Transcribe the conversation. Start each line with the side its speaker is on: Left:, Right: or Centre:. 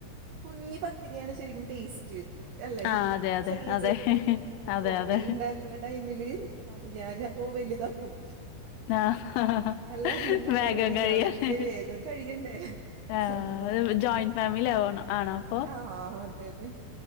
Right: കുഞ്ഞി പത്തിരിയാണ് ശരിക്കും ടേസ്റ്റ് അല്ലെ
Left: ആഹ് അതെ അതെ
Right: ചെറിയ
Left: അതെ
Right: ചെറുത് അപ്പൊ
Left: അതെ
Right: കൊറേ
Left: അതെ
Right: ഇണ്ടാക്കുന്ന ടൈമില് ഞാൻ അപ്പൊ വലുതാക്കും
Left: ആഹ്
Right: നല്ലാണ്ട് നടപടില്ല
Left: വേഗം കഴിയാന്
Right: വല്യ വേഗം കഴിയണ്ടേ?
Left: ആഹ്
Right: ആഹ
Left: ജോയിന്റ് ഫാമിലി ആവണം ആണോ അപ്പൊ
Right: ആ അതന്നെ